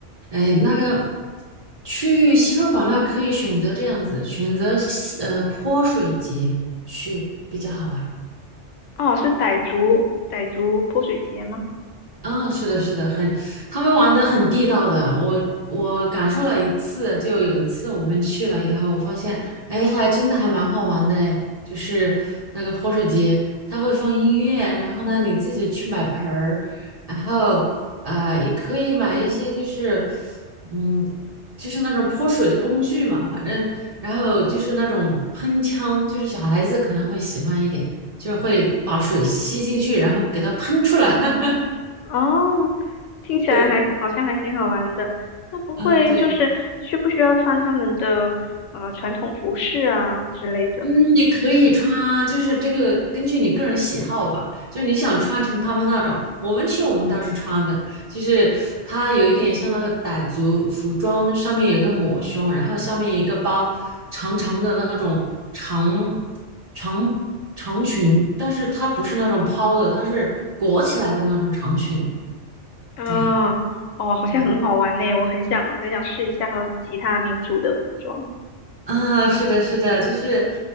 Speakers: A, on the right (about 35°); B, on the left (about 80°).
A: 哎，那个去西双版纳可以选择这样子，选择西呃泼水节去比较好玩。
B: 哦，是傣族傣族泼水节吗？
A: 嗯，是的，是的，很，他们玩的很地道的。我我感受了一次，就有一次我们去了以后，我发现，哎，还真的还蛮好玩的哎，诶就是那个泼水节，它会放音乐，然后呢，你自己去买盆儿，然后呃，也可以买一些，就是嗯，就是那种泼水的工具嘛，反正，然后就是那种喷枪，就是小孩子可能会喜欢一点，就是会把水吸进去，然后给它喷出来，<laughs>
B: 哦，听起来还好像还挺好玩的。
A: 对。
B: 他不会就是需不需要穿他们的呃传统服饰啊之类的？
A: 嗯，对，嗯，你可以穿，就是这个根据你个人喜好吧，就是你想穿成他们那种，我们去我们倒是穿的，就是它有一点像那个傣族服装，上面有个抹胸，然后下面有一个包，长长的那种长长长裙，但是它不是那种抛的，它是裹起来的那种长裙，
B: 啊，
A: 对
B: 哦，好像很好玩嘞，
A: 对。
B: 我很想很想试一下他们其他民族的服装。
A: <laughs> 啊，是的，是的，就是，